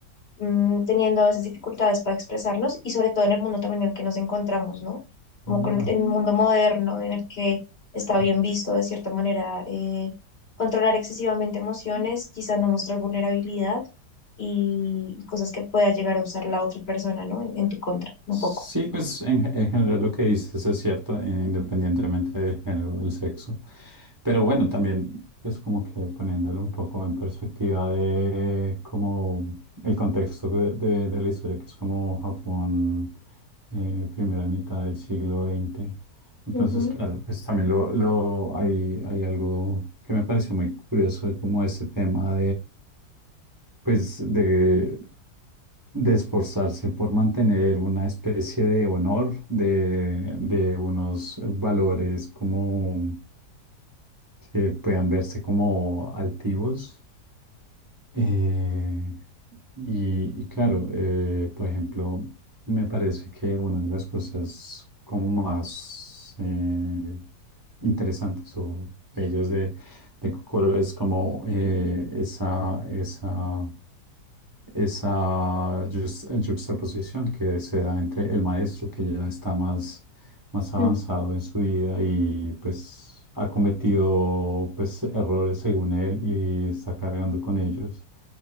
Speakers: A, on the left (about 35°); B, on the right (about 20°).
A: mm, teniendo a veces dificultades para expresarnos y sobre todo en el mundo también en el que nos encontramos, ¿no? Como
B: mm,
A: con el, en
B: Ok,
A: el mundo moderno en el que está
B: sí.
A: bien visto de cierta manera eh, controlar excesivamente emociones, quizá no mostrar vulnerabilidad y, cosas que pueda llegar a usar la otra persona, ¿no? En, en tu contra, un
B: Sí,
A: poco.
B: pues en, ge- en general lo que dices es cierto, eh, independientemente del género, o del sexo. Pero bueno, también es como que poniéndolo un poco en perspectiva de como el contexto de, de- de la historia, que es como Japón, eh, primera mitad del siglo XX. Entonces,
A: Ujú,
B: claro, pues también lo, lo, hay, hay algo que me pareció muy curioso, de como ese tema pues de, de esforzarse por mantener una especie de honor, de, de unos valores como que puedan verse como altivos. Eh, y, y claro, eh, por ejemplo, me parece que una de las cosas como más eh, interesantes o bellas de, de Kokoro es como eh, esa, esa esa yux- yuxtaposición que se da entre el maestro que ya está más, más avanzado
A: ujú,
B: en su vida y pues ha cometido pues errores según él y está cargando con ellos.